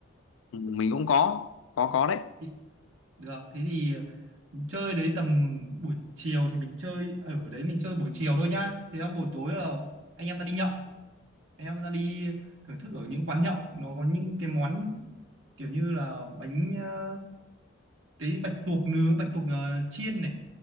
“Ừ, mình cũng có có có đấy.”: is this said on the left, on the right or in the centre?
Left